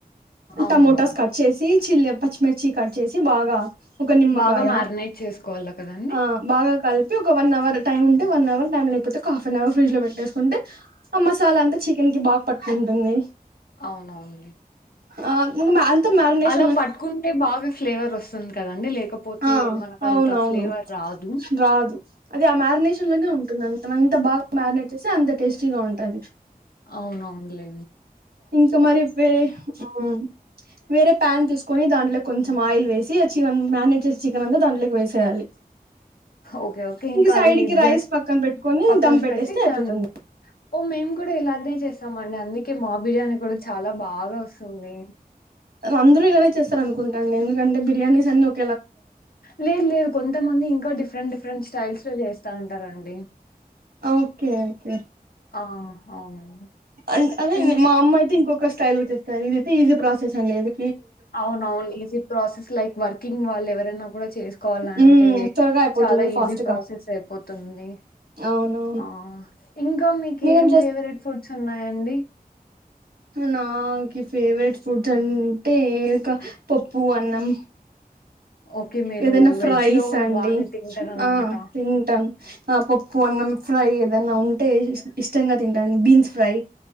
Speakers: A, on the left; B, on the right.
A: అవునవును.
B: టమోటాస్ కట్ చేసి చిల్లి పచ్చిమిర్చి కట్ చేసి బాగా ఒక నిమ్మకాయ
A: బాగా మ్యారినేట్ చేసుకోవాలా కదండీ!
B: ఆ బాగా కల్పి ఒక వన్ అవర్ టైమ్ ఉంటే వన్ అవర్ టై లేక్పోతే ఒక హాఫనవర్ ఫ్రిడ్ లో పెట్టేస్కుంటే ఆ మసాలాంతా చికెన్ కి బా పట్టుకుంటుంది
A: అవును ఉంది
B: ఆ మాలతో మాగ్నెట్
A: అలా పట్ట్కుంటే బాగా ఫ్లేవర్ వస్తుంద్ కదండి లేకపోతే
B: ఆ
A: మనకంత
B: అవునవును
A: ఫ్లేవర్ రాదు
B: రాదు అది ఆ మ్యారినేషన్ లోనే ఉంటుందంత మన్ ఎంత బాగా మ్యారినేట్ చేస్తే అంత టేస్టీగా ఉంటది
A: అవును అవునులే
B: ఇంకా మరి వేరే ఉ ఉమ్ వేరే ప్యాన్ తీస్కొని దాంట్లో కొంచం ఆయిల్ వేసి చివన్ మ్యారినేట్ చికెనంతా దాంట్లోకి వేసేయాలి
A: ఓకే ఓకే ఇంకా
B: ఇంక సైడ్కి
A: అది
B: రైస్
A: జస్ట్
B: పక్కన్ పెట్టుకొని
A: పక్కన
B: దమ్ పెట్టేస్తే
A: పెట్టి దాన్
B: ఐపోయింది
A: ఓ మేమ్ కూడా ఇలాగ్నే చేస్తమండి అందుక్ ఓకే మా బిర్యానీ కూడా చాలా బాగా వస్తుంది
B: అందరూ ఇలాగే చేస్తారన్కుంట అండి ఎందుకంటే బిర్యానీస్ అన్ని ఒక్
A: లేద్ లేద్ కొంతమంది ఇంకా డిఫ్రెంట్ డిఫ్రెంట్ స్టైల్స్ లో చేస్తా ఉంటారండి
B: ఓకే ఓకే అంటే
A: ఆ అవునండి
B: అన్ అదే
A: ఇం
B: మా అమ్మైతే ఇంకొక స్ స్టైల్ చేస్తార్ ఇదైతే ఈజీ ప్రాసెస్ అండి ఇది
A: అవున్నవున్ ఈజీ ప్రాసెస్ లైక్ వర్కింగ్ వాళ్ల్ ఎవరైనా కూడా చేస్కోవాలంటే
B: ఉమ్ త్వరగా అయిపోతుంది
A: చాలా
B: ఫాస్ట్
A: ఈజీ ప్రాసెస్
B: గా
A: ఐపోతుంది
B: అవునవును
A: ఆ ఇంకా మీకేం
B: మీరేం
A: ఫేవ్రెట్ ఫుడ్స్ ఉన్నాయండి
B: నా కి ఫేవ్రెట్ ఫుడ్స్ అంటే ఇకా పప్పు అన్నం
A: ఓకే మీరు
B: ఏదైనా ఫ్రైస్
A: వెజ్ లో కూడా
B: అండి
A: బానే తింటారనమాట
B: ఆ తింటామ్ ఆ పప్పు అన్నం ఫ్రై ఏదన్నా ఉంటే ఇష్ ఇష్టంగా తింటాను beans fry